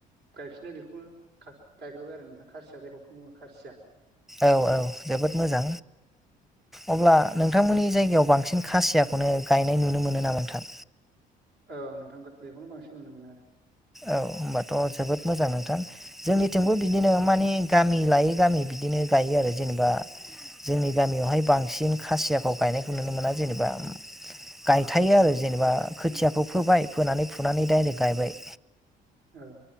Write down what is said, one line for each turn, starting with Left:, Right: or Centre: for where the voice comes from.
Right: गायफिननाय बेखौ गायग्रोबाय आरो नोंथां खासिया जायखौ बुङो खासिया
Centre: औ औ जोबोद मोजां अब्ला
Right: औ
Centre: नोंथांमोननि जायगायाव बांसिन खासियाखौनो गायनाय नुनो मोनो नामा नोंथां
Right: औ नोंथां बेखौनो बांसिन नुनो मोनो आरो
Centre: औ होमबाथ' जोबोद मोजां नोंथां जोंनिथिंबो बिदिनो मानि गामि लायै गामि बिदिनो गायो आरो जेनेबा जोंनि गामियावहाय बांसिन खासियाखौ गायनायखौ नुनो मोना जेनेबा गायथायो आरो जेनेबा खोथियाखौ फोबाय फोनानै फुनानै डाइरेक गायबाय
Right: औ